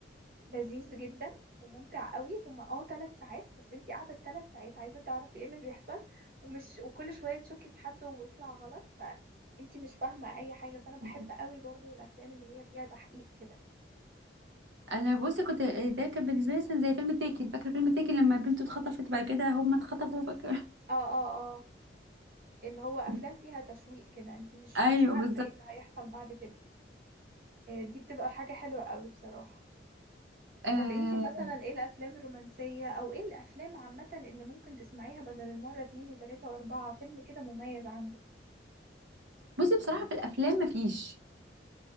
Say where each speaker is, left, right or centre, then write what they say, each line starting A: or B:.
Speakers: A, on the right (about 50°); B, on the right (about 85°).
A: لذيذ جدا وممتع قوي هما اه ثلاث ساعات بس انتي قاعده ثلاث ساعات عايزه تعرفي ايه اللي بيحصل ومش وكل شويه تشكي في حد ويطلع غلط فانتي مش فاهمه اي حاجه فانا بحب
B: <laughs>
A: قوي برضو الافلام اللي هي فيها تحقيق كده
B: انا بصي كنت ده كان بالنسبه لي مثلا زي فيلم تيكن فاكره فيلم تيكن لما بنته اتخطفت بعد كده هم اتخطفوا فاكره
A: اه اه اه اللي هو افلام
B: <laughs>
A: فيها تشويق كده انتي مش
B: ايوه
A: مش عارفه
B: بالظبط
A: ايه اللي هيحصل بعد كده آه، دي بتبقى حاجه حلوه قوي بصراحه
B: آه
A: طب انتي مثلا ايه الافلام الرومانسيه او ايه الافلام عامه اللي ممكن تسمعيها بدل المره اتنين وتلاته واربعه فيلم كده مميز عندك
B: بصي بصراحه في الافلام مفيش